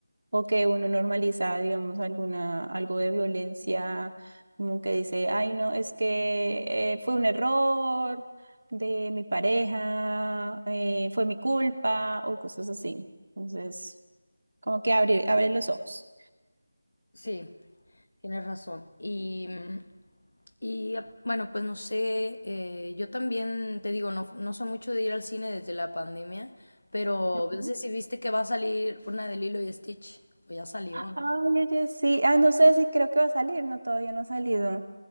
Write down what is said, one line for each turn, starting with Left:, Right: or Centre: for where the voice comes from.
Right: O que uno normaliza, digamos, alguna, algo de violencia, como que dice, ay, no, es que eh, fue un error de mi pareja, eh, fue mi culpa, o cosas así. Entonces, como que abre, abre los ojos.
Left: Sí, tienes razón. Y, mm, y ah, bueno, pues no sé, eh, yo también te digo, no, no soy mucho de ir al cine desde la pandemia, pero
Right: Ujú.
Left: no sé si viste que va a salir una de Lilo y Stitch, o ya salió,
Right: Ay,
Left: ¿no?
Right: oye, sí. Ah, no sé si creo que va a salir. No, todavía no ha salido.